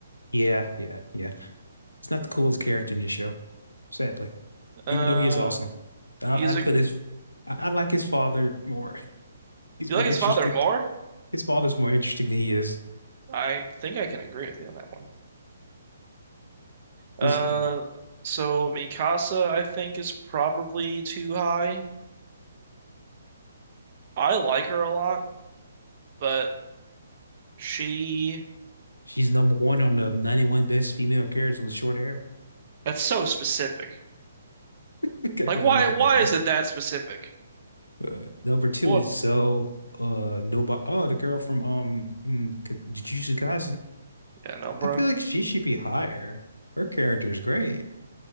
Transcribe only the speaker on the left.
Yeah, yeah, yeah. He's not the coolest character in this show, sadly.
Even though he is awesome. I,
I'd
put his I, I like his father more. <laughs> He's
more
interesting.
His father's more interesting than he is.
This
she's number one on the 91 best female characters with short hair.
<laughs> I gotta
look
at that list.
Uh, number two
is so uh nobody. Oh, the girl from um mm, K- Jujutsu Kaisen.
I feel like she should be higher. Her character is great.